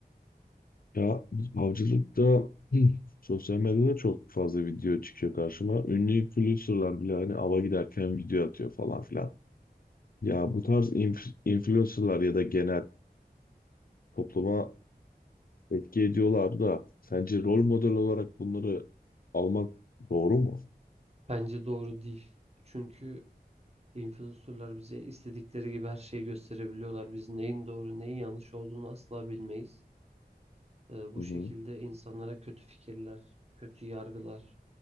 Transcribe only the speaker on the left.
Ya avcılıkta <clears throat> hı, sosyal medyada çok fazla video çıkıyor karşıma. Ünlü influencerlar bile hani ava giderken video atıyor falan filan. Ya bu tarz inf- influencerlar ya da genel topluma etki ediyorlar da sence rol model olarak bunları almak doğru mu?
Hı
hı.